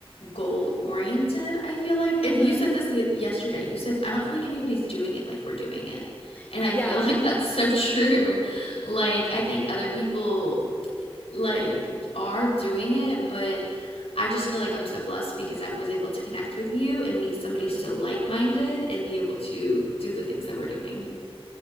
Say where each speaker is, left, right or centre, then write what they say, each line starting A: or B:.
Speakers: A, on the left; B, on the left.
A: goal oriented. I feel like
B: hmm
A: it, you said this y- yesterday. You said, I don't feel like anybody's doing it like we're doing it. And
B: Yeah.
A: I feel <laughs> like that's so true. Like, I think other people like are doing it, but I just feel like I'm so blessed because I was able to connect with you and meet somebody so
B: hmm
A: like minded and be able to do the things that we're doing.